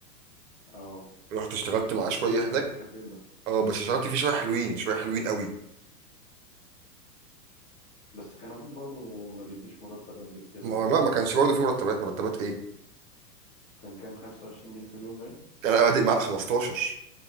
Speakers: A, on the left; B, on the right.
A: اه
B: رحت اشتغلت معاه شويه
A: فاكر
B: هناك
A: انا الكافيه ده
B: اه بس اشتغلت فيه شويه حلوين شويه حلوين قوي
A: بس كان ابوك برضو ما بيديش مرتب قد كده
B: ما
A: برضو
B: هو لا ما كانش برضو في مرتبات مرتبات ايه
A: كان كام 25 جنيه في اليوم باين
B: كان انا بادئ معاه ب 15